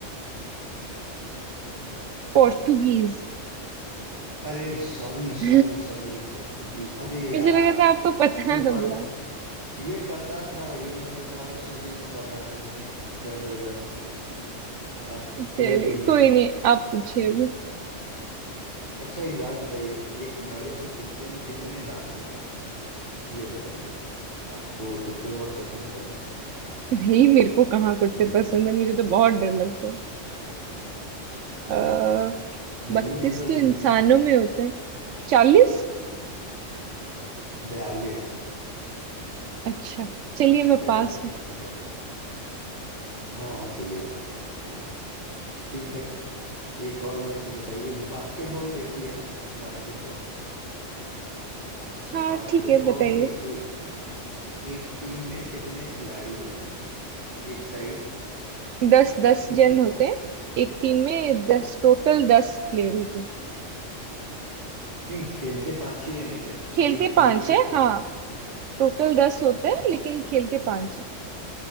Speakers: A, on the right (about 75°); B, on the right (about 40°).
A: पोर्टुगीज
B: अरे सॉरी
A: <laughs>
B: सॉरी सॉरी पोर्तुगीज अरे यार
A: मुझे लगा था आपको पता
B: ये
A: होगा
B: पता ये पता था ये मैं बता रहा हूँ सही में पता था मैंने जबरदस्ती आह चलिए
A: चलिए
B: कोई नहीं
A: कोई नहीं आप पूछिए अभी
B: अच्छा एक बात बताइए एक बड़े से कुत्ते में कितने दांत होते हैं ये बताइए आपको कुत्ते बहुत पसंद है ना
A: नहीं मेरे को कहाँ करते
B: इसीलिए
A: पसंद
B: मैं-
A: है मुझे तो बहुत डर लगता है अः
B: नहीं
A: बत्तीस
B: मतलब
A: तो इंसानों
B: उन
A: में होता है चालीस
B: बयालीस
A: अच्छा चलिए मैं
B: बयालीस
A: पास हूँ
B: बया, हाँ चलिए बात है ठीक है एक और मेरे से बताइए एक बास्केटबॉल देखी है ना बास्केटबॉल
A: हाँ
B: बास्केटबॉल
A: ठीक है बताइए
B: के एक एक टीम में कितने खिलाड़ी होते हैं एक साइड
A: दस दस
B: कितने
A: जन
B: खिलाड़ी
A: होते
B: होते
A: हैं
B: हैं?
A: एक टीम में दस टोटल दस प्लेयर होते हैं
B: नहीं खेलते पांच ही हैं लेकिन
A: खेलते
B: एक
A: पांच
B: टीम में जो
A: है
B: खेल
A: हाँ
B: रहे हैं
A: टोटल दस होते हैं लेकिन खेलते पांच है